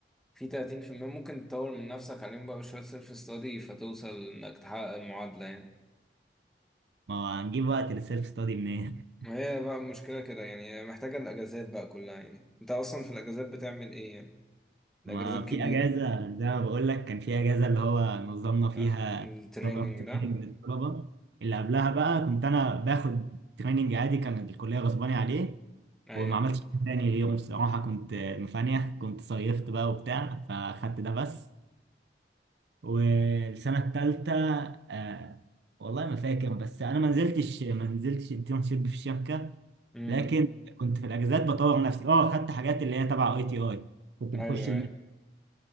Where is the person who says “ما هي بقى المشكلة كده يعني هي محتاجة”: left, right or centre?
Centre